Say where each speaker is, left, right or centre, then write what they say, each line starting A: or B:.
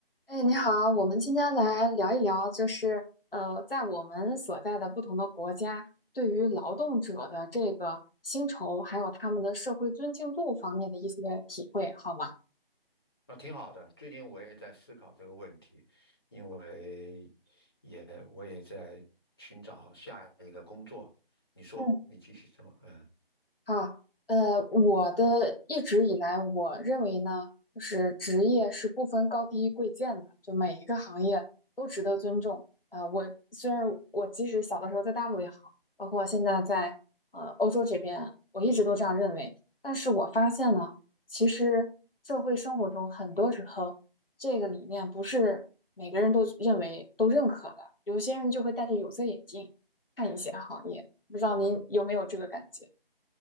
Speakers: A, on the left (about 65°); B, on the left (about 25°).
A: 哎，你好，我们今天来聊一聊，就是呃，在我们所在的不同的国家，对于劳动者的这个薪酬，还有他们的社会尊敬度方面的一些体会，好吗？
B: 那挺好的。最近我也在思考这个问题，因为也我也在寻找下一个工作。你说，
A: 嗯。
B: 你继续说，嗯，
A: 啊，呃，我的一直以来，我认为呢，就是职业是不分高低贵贱的，就每一个行业都值得尊重。啊、我虽然我即使小的时候在大陆也好，包括现在在呃欧洲这边，我一直都这样认为。但是我发现呢，其实社会生活中很多时候，这个理念不是每个人都认为都认可的，有些人就会戴着有色眼镜看一些行业，不知道您有没有这个感觉？